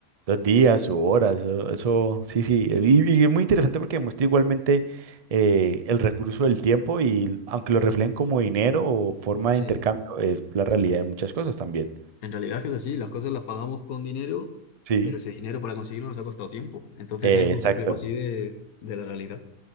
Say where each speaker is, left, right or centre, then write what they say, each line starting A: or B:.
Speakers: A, on the right; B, on the left.
A: dos días o horas, o- eso, sí, sí. Y, y es muy interesante porque muestra igualmente eh, el recurso del tiempo y aunque lo reflejen como dinero o forma de
B: sí
A: intercambio, es la realidad de muchas cosas también.
B: En realidad es que es así, las cosas las pagamos con dinero,
A: Sí,
B: pero ese dinero para conseguirlo nos ha costado tiempo. Entonces
A: eh,
B: es
A: exacto.
B: un reflejo así de, de la realidad.